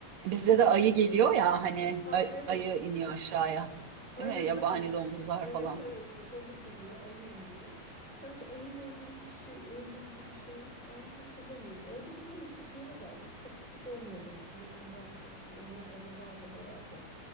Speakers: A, on the right; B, in the centre.
A: Bizde
B: Ama
A: de ayı geliyor ya hani
B: ha
A: ay-
B: evet
A: ayı iniyor aşağıya.
B: Aynen
A: Değil mi? Yabani
B: aynen.
A: domuzlar
B: Evet
A: falan.
B: evet domuz iniyor, ayı iniyor. Gerçi ayı ile ilgili hiç şey öldürücü bir şey ben hatırlamıyorum. Orada da tabii sıklığına bağlı. Çok da sık olmuyor demek ki. Yoksa muhakkak bir önlem alırlardı herhalde.